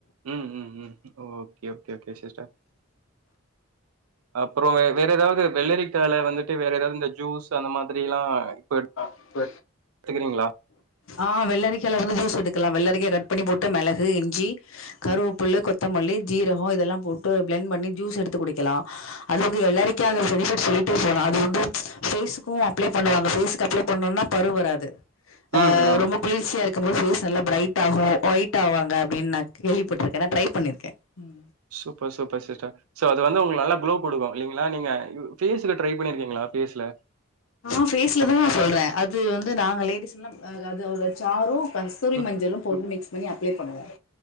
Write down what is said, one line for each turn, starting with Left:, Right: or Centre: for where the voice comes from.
Right: ம் ம் ம் ஓகே ஓகே ஓகே சிஸ்டர். அப்பறோ வேற எதாவ்து வெள்ளரிக்கால வந்துட்டு வேற எதாவ்து இந்த ஜூஸ் அந்த மாரி எல்லா இப்ப
Left: இப்ப
Right: கேக்குதுங்ளா
Left: ஆ வெள்ளரிக்காய்ல வந்து ஜூஸ் எடுக்கலா வெள்ளரிக்காய கட் பண்ணி போட்டு மெளகு இஞ்சி கருவேப்பில்ல
Right: ம்,
Left: கொத்தமல்லி ஜீரகம் இதெல்லாம் போட்டு பிளண்ட் பண்ணி ஜூஸ் எடுத்து குடிக்கலா அதாவ்து வெள்ளரிக்காய்ல பெனிஃபிட் சொல்லிட்டே போலாம் அது வந்து ஃபேஸ்க்கு அப்ளே பண்ணுவாங்க ஃபேஸ்க்கு அப்ளே பண்ணுன்னா பரு வராது ஆ
Right: ம். ஆமா.
Left: ரொம்ப குளிர்ச்சியா இருக் க்கும் போது ஃபேஸ் நல்ல பிரைட் ஆகு ஒயிட் ஆவாங்க அப்டின்னு நா கேள்விப்பட்டிருக்கே நா ட்ரை பண்ணிருக்கே ம்
Right: சூப்பர் சூப்பர் சிஸ்டர் சோ அது வந்து உங்களுக்கு நல்லா குளோ குடுக்கு இல்லலைங்ளா நீங்க யூ ஃபேஸ்ல ட்ரை பண்ணிருக்கீங்ளா ஃபேஸ்ல
Left: ஆ ஃபேஸ்ல தா நா சொல்ற அது வந்து நாங்க லேடிஸ் எல்லாம் அதுவோட சாரும் கஸ்தூரி
Right: ம்.
Left: மஞ்சளும் போட்டு மிக்ஸ் பண்ணி அப்ளே பண்ணுவோம்